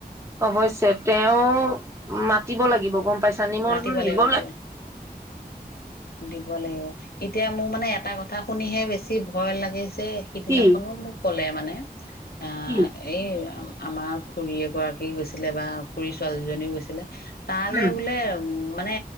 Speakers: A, on the right; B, on the left.
A: অৱশ্যে তেওঁ মাতিব লাগিব গম পাইছা নিমন্ত্ৰণ
B: মাতিব
A: দিব
B: লাগিব মাতিব লাগিব লাগিব এতিয়া মোৰ মানে এটা কথা শুনিহে বেছি ভয় লাগিছে যে সিদিনাখনো
A: কি
B: মোক ক'লে মানে। <inaudible> আ
A: কি
B: এই আমাৰ খুৰী এগৰাকী গৈছিলে বা খুৰী ছোৱালীজনীও গৈছিলে। তালে
A: উম,
B: বোলে উ মানে